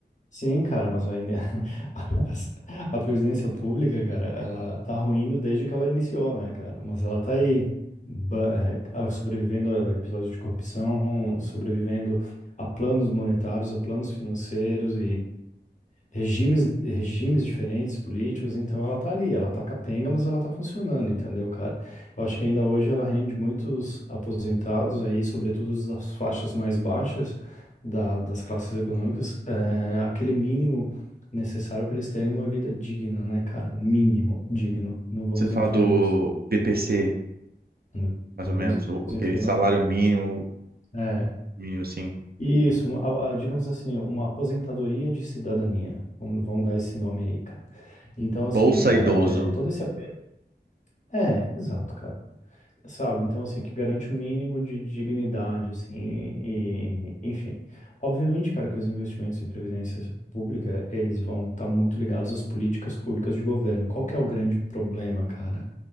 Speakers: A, on the left; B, on the right.
A: sim, cara, mas aí, né, <laughs> a, a previdência pública, cara, ela tá ruindo desde que ela iniciou, né, cara? Mas ela tá aí, ba- é, a- sobrevivendo a episódios de corrupção, sobrevivendo a planos monetários, a planos financeiros regimes, regimes diferentes políticos, então ela tá ali, ela tá capenga, mas ela tá funcionando, entendeu, cara? Eu acho que ainda hoje ela rende muitos aposentados aí, sobretudo os das faixas mais baixas da- das classes econômicas, é, aquele mínimo necessário para eles terem uma vida digna, né, cara? O mínimo digno. Não vamos
B: Você fala
A: entrar
B: do
A: em outros,
B: BPC,
A: não
B: mais
A: vamos
B: ou menos, o- aquele
A: entrar em
B: salário
A: outros.
B: mínimo,
A: é,
B: mínimo assim.
A: Isso, a- a- digamos assim, uma aposentadoria de cidadania. Vamos, vamos dar esse nome aí, cara. Então,
B: Bolsa
A: assim, cara,
B: idoso.
A: é, todo esse apelo, É, exato, cara. Sabe? Então, assim, que garante o mínimo de dignidade, assim, e, enfim. Obviamente, cara, que os investimentos em previdência pública, eles vão estar muito ligados às políticas públicas de governo. Qual que é o grande problema, cara?